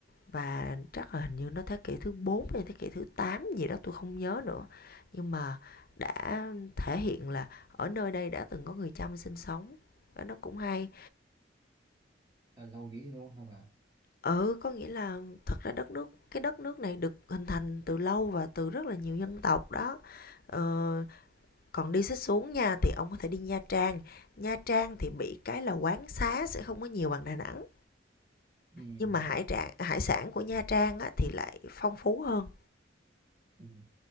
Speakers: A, on the left; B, on the right.
A: và chắc là hình như nó thế kỷ thứ 4 hay thế kỷ thứ 8 gì đó tôi không nhớ nữa. Nhưng mà đã thể hiện là ở nơi đây đã từng có người chăm sinh sống. Đó, nó cũng hay.
B: là lâu dữ luôn hả bạn
A: Ừ, có nghĩa là thật ra đất nước cái đất nước này được hình thành từ lâu và từ rất là nhiều dân tộc đó. Ờ, còn đi xích xuống nha thì ông có thể đi Nha Trang Nha Trang thì bị cái là quán xá sẽ không có nhiều bằng Đà Nẵng
B: ừ
A: nhưng mà hải trạng hải sản của Nha Trang á, thì lại phong phú hơn
B: ừ